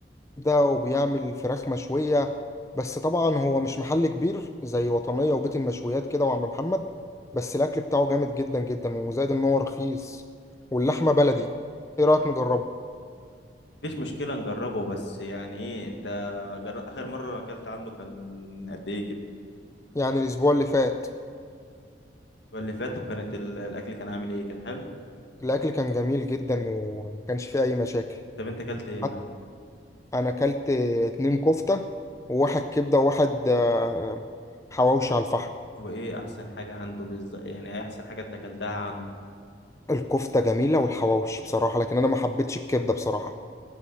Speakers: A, on the left; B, on the left.
A: ده وبيعمل فراخ مشوية بس طبعا هو مش محل كبير زي وطنية وبيت المشويات كده وعم محمد بس الأكل بتاعه جامد جدا جدا وزائد إن هو رخيص واللحمة بلدي إيه رأيك نجربه؟
B: مفيش مشكلة نجربه بس يعني ايه انت جر... اخر مرة اكلت عنده كان قد ايه كده
A: يعني الأسبوع اللي فات
B: واللي فات وكانت ال- الاكل كان عامل ايه كان حلو
A: الأكل كان جميل جدا ومكانش فيه أي مشاكل
B: طب انت اكلت ايه من
A: حت-
B: عنده
A: أنا أكلت اتنين كفتة وواحد كبدة وواحد آه، حواوشي على الفحم
B: وايه احسن حاجه عنده بالظبط يعني ايه احسن حاجه انت اكلتها عنده
A: الكفتة جميلة والحواوشي بصراحة لكن أنا ما حبيتش الكبدة بصراحة